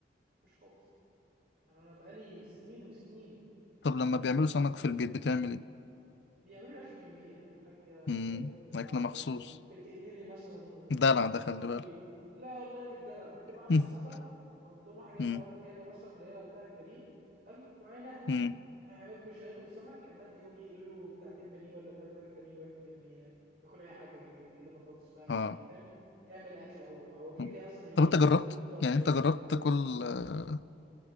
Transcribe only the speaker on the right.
مش خالص يعني انا بقالي سنين وسنين
ما اكلتش
سمك
بيعملوا لي اكل جنبي يعني الحاجه الحاجه
بتبقى
عامله
لي بتقلي لي مثلا آه،
بتقول
لي لا والله مش دلع بتبقى عامله
حسابها وبتقوم رايحه جايبه
جايبه مثلا اللي هي بتاعت بانيه حلو وعينها
عماد مش هياكل سمك عماد يقوم يقلوا له بتاعتين بانيه ولا تلات بتاعت بانيه وياكل جنبيه ياكل اي حاجه جنبيه ويقلوا بطاطس بقى
ي- فاهم يعمل اكل هو هو كده
كده اصلا يعني
ايه
ليه في الطبخ
يعني